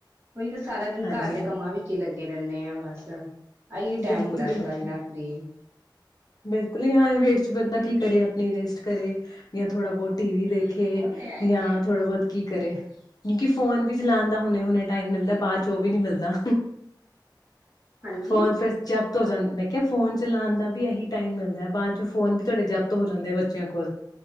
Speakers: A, on the right (about 30°); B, on the left (about 55°).
A: ਓਹੀ ਤਾਂ ਸਾਰਾ ਦਿਨ
B: ਹਾਂਜੀ
A: ਘਰ ਦੇ
B: ਹਾਂ
A: ਕੰਮਾਂ ਵਿੱ ਚ ਈ ਲੱਗੇ ਰੈਨੇ ਆ ਬਸ ਆਈਏ ਟੈਮ
B: ਬਿਲਕੁਲ
A: ਹੁੰਦਾ
B: ਬਿਲਕੁਲ
A: ਥੋੜਾ ਜਿਨਾ ਫ੍ਰਰੀ
B: ਬਿਲਕੁਲ ਹੀ ਹਾਂ ਏ <unintelligible> ਚ ਬੰਦਾ ਕੀ ਕਰੇ ਆਪਣੀ ਰੇਸਟ ਕਰੇ ਯਾਂ ਥੋੜਾ ਬੋਤ ਟੀ ਵੀ ਦੇਖੇ
A: ਹੂੰ ਉਹ ਤੇ ਹੈ ਹੀ
B: ਯਾਂ
A: ਹੈ
B: ਥੋੜਾ ਬੋਤ ਕੀ ਕਰੇ ਕਿਉਂਕੀ ਫੋਨ ਵੀ ਚਲਾਣ ਦਾ ਹੁਣੇ-ਹੁਣੇ ਟਾਈਮ
A: ਹਾਂਜੀ
B: ਮਿਲਦਾ ਬਾਦ ਚੋ ਓਵੀ ਨੀ ਮਿਲਦਾ
A: ਹਾਂਜੀ
B: ਫੋਨ ਫਿਰ <unintelligible> <unintelligible> ਮੈਂ ਕਿਆ ਫੋਨ ਚਲਾਣ ਦਾ ਵੀ ਆਹੀ ਟਾਈਮ ਮਿਲਦਾ ਬਾਦ ਫੋਨ ਵੀ ਤੁਹਾਡੇ ਜਬਤ ਹੋ ਜਾਂਦੇ ਆ ਬੱਚਿਆਂ ਕੋਲ।